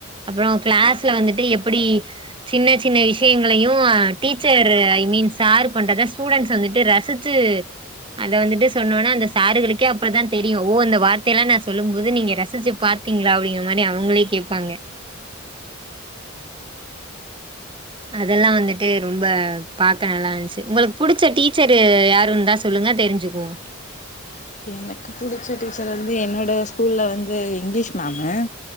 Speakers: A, on the right; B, on the left.
A: அப்றோ க்ளாஸ்ல வந்துட்டு எப்டி சின்ன சின்ன இஸ் ஷயங்களையு டீச்சரு மீன்ஸ் சார் பண்றத ஸ்டுடென்ட்ஸ் வந்துட்டு ரசி ச்சு அத வந்துட்டு சொன்னோனா அந்த சாருகளுக் கே அப்ப தா தெரியு ஓ இந்த வார்த்தைல்லா நா சொல்லும் மோது நீங்க ரசிச்சி பாத்தீங்ளா அப்டிங்கிற மாரி அவுங்களே கேப்பாங்க அதெல்லா வந்துட்டு ரொம்ப பாக்க நல்லா இஞ்ச்சு உங்களுக்கு புடிச்ச டீச்சரு யாரு இருந்தா சொல்லுங்க தெரிஞ்சிக்குவோ
B: எனக்கு புடிச்ச டீச்சர் வந்து என்னோட ஸ்கூல்ல வந்து இங்க்லீஷ் மேமு